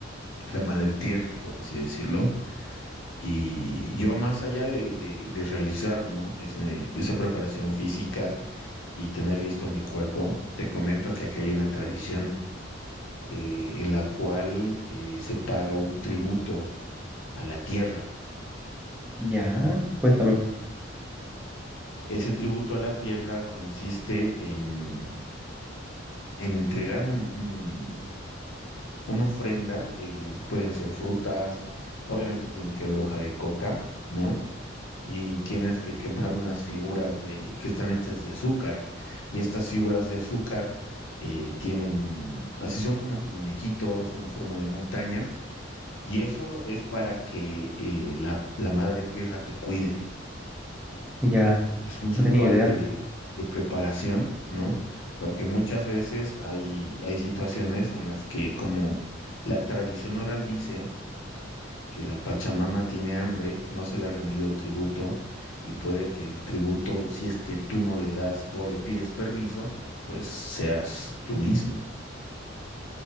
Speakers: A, on the left; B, in the centre.
A: la madre tierra, por así decirlo. Y yo más allá de, de- de realizar, ¿no? Ese- esa preparación física y tener listo mi cuerpo, te comento que aquí hay una tradición eh, en la cual eh, se paga un tributo a la tierra.
B: Ya, cuéntame.
A: Ese tributo a la tierra consiste en, en entregar un, un- una ofrenda, eh, pueden ser frutas, obviamente tiene que haber hoja de coca, ¿no? Y tienes que quemar unas figuras de, que están hechas de azúcar. Y estas figuras de azúcar eh, tienen, así son como que muñequitos, una forma de montaña. Y eso es para que eh, la la madre tierra te cuide.
B: Ya,
A: es un ritual
B: no tenía idea.
A: de, de preparación, ¿no? Porque muchas veces hay, hay situaciones en las que, como la tradición oral dice, que la Pachamama tiene hambre, no se le ha rendido tributo, y puede que el tributo, si es que tú no le das o le pides permiso, pues seas tú mismo.